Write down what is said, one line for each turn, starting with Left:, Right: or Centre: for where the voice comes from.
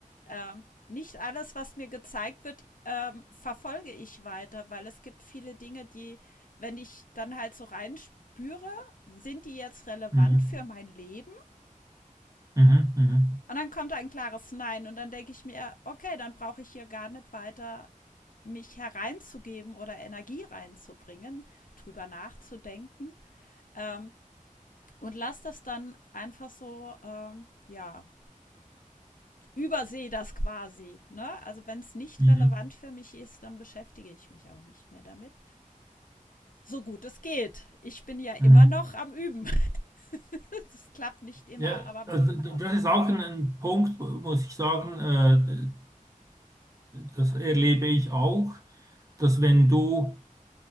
Left: ähm, nicht alles, was mir gezeigt wird, ähm, verfolge ich weiter, weil es gibt viele Dinge, die, wenn ich dann halt so reinspüre, sind die jetzt relevant
Right: Mhm.
Left: für mein Leben?
Right: Mhm. Mhm.
Left: Und dann kommt ein klares Nein und dann denke ich mir, okay, dann brauche ich hier gar nicht weiter mich hereinzugeben oder Energie reinzubringen, drüber nachzudenken. Ähm, und lass das dann einfach so, ähm, ja, übersehe das quasi. Ne? Also wenn es nicht
Right: Mhm.
Left: relevant für mich ist, dann beschäftige ich mich auch nicht mehr damit. So gut es geht. Ich bin ja immer
Right: Mhm.
Left: noch am Üben. <laughs> das klappt nicht immer,
Right: Ja,
Left: aber
Right: also d-
Left: oft.
Right: das ist auch ein, ein Punkt, wo- muss ich sagen, äh, das erlebe ich auch, dass wenn du